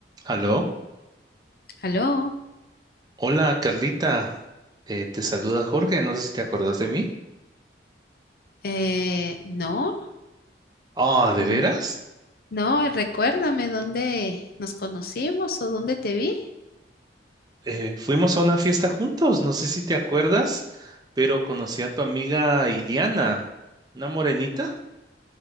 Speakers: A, on the right; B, on the left.
A: Aló,
B: ¿Aló?
A: hola Carlita, Eh, te saluda Jorge, no sé si te acordás de mí.
B: Eh, no,
A: Ah, ¿de
B: Mm.
A: veras?
B: no, recuérdame dónde nos conocimos o dónde te vi.
A: Eh, fuimos a una fiesta juntos, no sé si te acuerdas, pero conocí a tu amiga Iliana, una morenita.